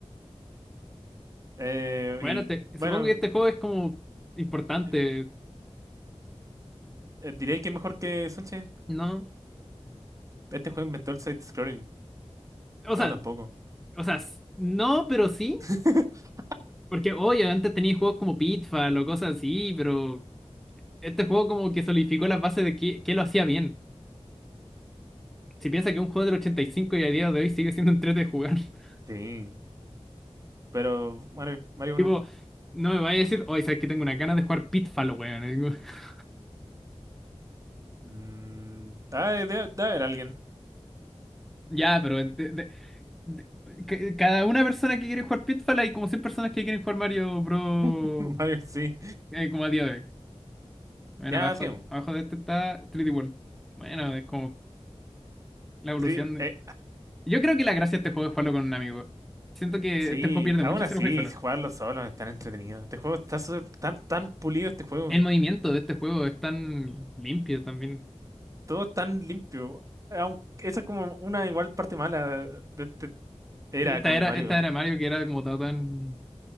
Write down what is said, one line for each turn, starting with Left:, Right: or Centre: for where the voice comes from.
Right: Eh,
Centre: Bueno,
Right: y
Centre: te-
Right: bueno,
Centre: supongo que este juego es como importante,
Right: eh, eh, diréis que es mejor que Sunshine.
Centre: ¿no?
Right: Este juego inventó el side-scrolling.
Centre: O
Right: No,
Centre: sea,
Right: tampoco.
Centre: o sea, s- no, pero sí.
Right: <laughs>
Centre: Porque, oye, antes tenía juegos como Pitfall o cosas así, pero este juego como que solidificó las bases de qué, qué lo hacía bien. Si piensa que un juego del ochenta y cinco y a día de hoy sigue siendo <laughs> un entrete de jugar. <laughs>
Right: Sí, pero Mario, Mario uno.
Centre: Tipo, no me vaya a decir, oye, sabes que tengo una ganas de jugar Pitfall, weón. Y digo, <laughs>
Right: Mm, ah, debe, debe haber alguien.
Centre: Ya, pero de- de- de- ca- cada una persona que quiere jugar Pitfall hay como 100 personas que quieren jugar Mario Bros.
Right: <laughs> Mario, sí.
Centre: eh, como a día de hoy. Bueno,
Right: Ya,
Centre: abajo,
Right: sigamos.
Centre: abajo de este está 3D World. Bueno, es como la evolución
Right: Tri- eh,
Centre: Yo creo que la gracia de este juego es jugarlo con un amigo. Siento que
Right: Sí,
Centre: este juego pierde
Right: aún
Centre: mucho
Right: así,
Centre: si lo juegas solo.
Right: jugarlo solo es tan entretenido. Este juego está súper- tan, tan pulido, este juego.
Centre: El movimiento de este juego es tan limpio también.
Right: Todo tan limpio. Aunque esa es como una igual parte mala de este- era
Centre: Esta
Right: como de
Centre: era,
Right: Mario.
Centre: esta era Mario que era como todo tan...